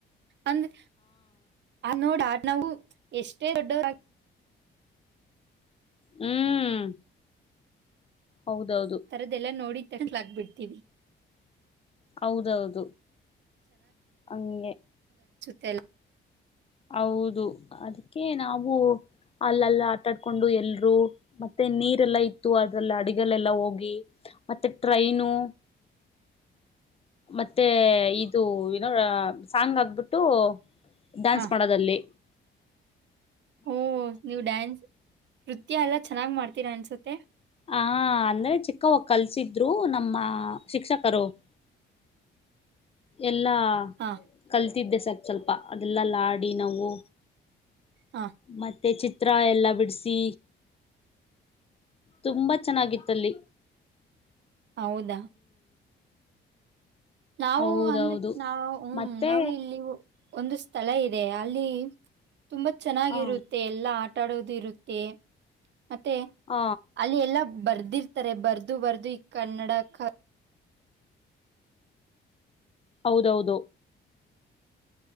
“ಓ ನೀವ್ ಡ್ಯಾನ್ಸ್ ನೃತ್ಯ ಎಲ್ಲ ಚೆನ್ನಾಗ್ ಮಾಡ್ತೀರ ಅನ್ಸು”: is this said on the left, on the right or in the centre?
Right